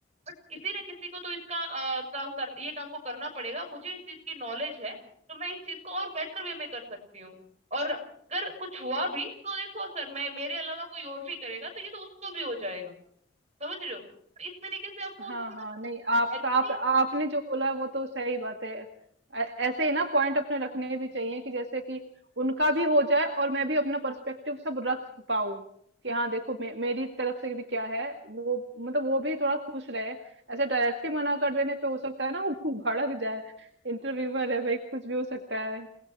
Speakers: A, on the right; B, on the right.
A: बट किसी ना किसी को तो इसका अ, काम कर ये काम को करना पड़ेगा मुझे इस चीज की नॉलेज है तो मैं इस चीज को और बेटर वे में कर सकती हूँ और अगर कुछ हुआ भी तो देखो सर मैं मेरे अलावा कोई और भी करेगा तो ये तो उसको भी हो जाएगा समझ रहे हो तो इस तरीके से आपको
B: हाँ
A: उसको ना
B: हाँ
A: मतलब
B: नहीं आपका
A: एग्री
B: आप आपने
A: कर
B: जो बोला वो तो सही बात है ऐ- ऐसे ही ना पॉइंट अपने रखने भी चाहिए कि जैसे कि उनका भी हो जाए और मैं भी अपना पर्सपेक्टिव सब रख पाऊं कि हाँ देखो मे, मेरी तरफ से भी क्या है वो मतलब वो भी थोड़ा खुश रहे ऐसे डायरेक्टली मना कर देने पे हो सकता है ना <laughs> वो भड़क जाए इंटरव्यूअर है भाई कुछ भी हो सकता है